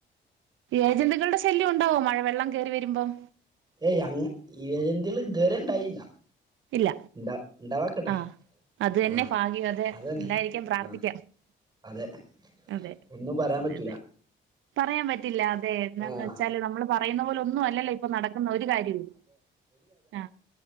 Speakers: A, on the right; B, on the right.
A: ഏജന്റുകളുടെ ശല്യം ഉണ്ടാവോ മഴ വെള്ളം കേറി വരുമ്പം
B: ഏയ് അങ്ങ് ഇഴജന്ത്ള് ഇതുവരെ ഇണ്ടായില്ല
A: ഇല്ല.
B: ഇണ്ടാ ഇണ്ടാവാക്കട്ടെ
A: ആ. അത് തന്നെ
B: ആഹ്
A: ഭാഗ്യവാതെ
B: അതന്നെ
A: ഇല്ലായിരിക്കാ പ്രാർത്ഥിക്ക്യ.
B: ആഹ് അതെ
A: അതെ
B: ഒന്നും പറയാൻ പറ്റൂല
A: അതതെ പറയാൻ പറ്റില്ല അ അതെ എന്താന്ന്
B: ആഹ്
A: വെച്ചാല് നമ്മള് പറയുന്ന പോലെ ഒന്നും അല്ലല്ലോ ഇപ്പൊ നടക്കുന്ന ഒരു കാര്യവും ആ